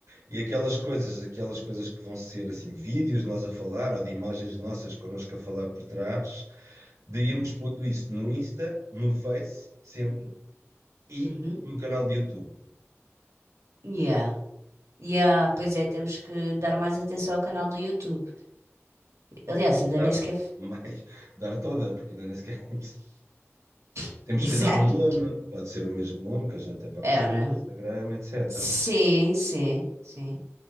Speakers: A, on the right; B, on the right.
A: E aquelas coisas, aquelas coisas que vão ser assim vídeos de nós a falar ou de imagens nossas connosco a falar por trás, de irmos pondo isso no Insta, no Face, sempre e
B: uhum.
A: no canal de YouTube.
B: Yeah. Yeah, pois é, temos que dar mais atenção ao canal do YouTube. Aliás, ainda
A: Dar
B: nem sequer.
A: mais, dar todas, porque ainda nem sequer <laughs>
B: <laughs>
A: Temos
B: Exato.
A: que lhe dar um nome, pode ser o mesmo nome que a gente é para a
B: É,
A: página
B: né?
A: do Instagram, etc.
B: Sim, sim, sim.